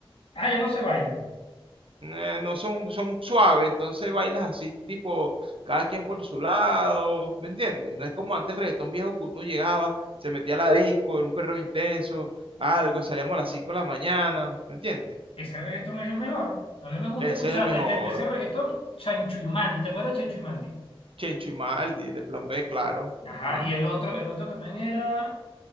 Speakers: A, on the left; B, on the right.
A: Ah, ya no se bailan.
B: Eh, no son, son suaves, entonces bailas así, tipo, cada quien por su lado, ¿me entiendes? No es como antes el reggaetón viejo que uno llegaba, se metía a la disco, era un perreo intenso, algo, salíamos a las 5 de la mañana, ¿me entiendes?
A: Ese reggaetón es el mejor. A mí me gusta
B: Ese
A: escuchar
B: es el mejor.
A: de, de- de ese reggaetón Chancho y Mandy. ¿Te acuerdas de Chancho y Mandy?
B: Chencho y Maldi, de Plan B, claro.
A: Ajá,
B: Ajá.
A: y el otro, el otro también era,